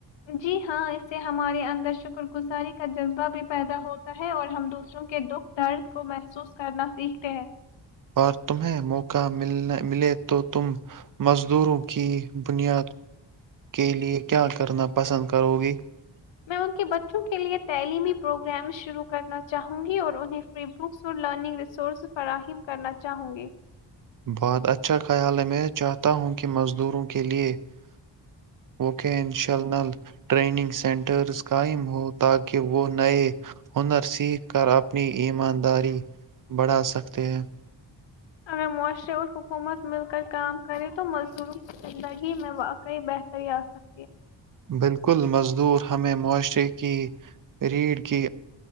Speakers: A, on the left; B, on the right.
A: جی ہاں اس سے ہمارے اندر شکر گزاری <unintelligible> کا جذبہ بھی پیدا ہوتا ہے اور ہم دوسروں کے دکھ درد کو محسوس کرنا سیکھتے ہیں <unintelligible>
B: اور تمہیں موقع مل ملے تو تم مزدوروں <unintelligible> کی بنیاد <inaudible> کے لیے کیا کرنا پسند کرو گی <unintelligible>
A: <unintelligible>
B: بعد اچھا خیال ہے میں چاہتا ہوں کہ مزدوروں کے لیے <unintelligible> اوکے انشاء اللہ <unintelligible> ٹریننگ سینٹرز قائم ہوں تاکہ وہ نئے ہنر سیکھ کر اپنی ایمانداری بڑھا سکتے ہیں <unintelligible>
A: اگر معاشرے اور حکومت مل کر کام کرے تو مزدور کی زندگی میں واقعی بہتری آ <unintelligible>
B: بالکل مز <inaudible> مزدور ہمیں معاشرے کی ریڑھ کی